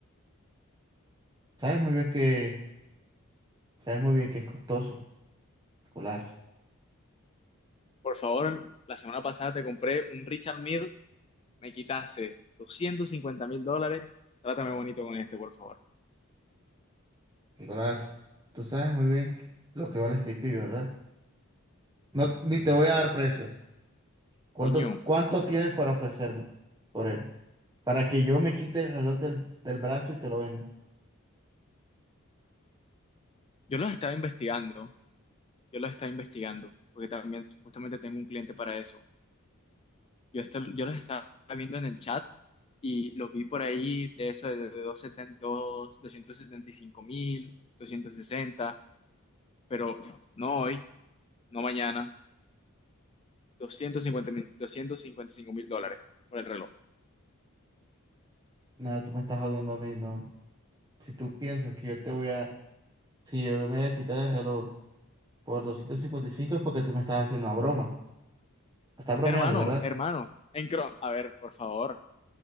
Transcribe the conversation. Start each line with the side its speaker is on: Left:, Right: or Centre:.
Right: Sabes muy bien que, sabes muy bien que es costoso, Nicolás.
Left: Por favor, la semana pasada te compré un Richard Mille, me quitaste doscientos cincuenta mil dólares. Trátame bonito con este, por favor.
Right: Nicolás, tú sabes muy bien lo que vale este IP, ¿verdad? No, ni te voy a dar precio. ¿Cuánto,
Left: Coño,
Right: cuánto tienes para ofrecerme por él? Para que yo me quite el reloj del, del brazo y te lo venda.
Left: yo los estaba investigando, yo los estaba investigando, porque también justamente tengo un cliente para eso. Yo, esto, yo los estaba viendo en el chat y los vi por ahí de eso de doscientos setenta y cinco mil, doscientos sesenta pero no hoy, no mañana, doscientos cincuenta mil, doscientos cincuenta y cinco mil dólares por el reloj.
Right: No, tú me estás jodiendo a mí, no. Si tú piensas que yo te voy a... Si yo me voy a quitar el reloj por 255 es porque tú me estás haciendo una broma. Estás bromeando,
Left: Hermano,
Right: ¿verdad?
Left: hermano, en Chrome, a ver, por favor,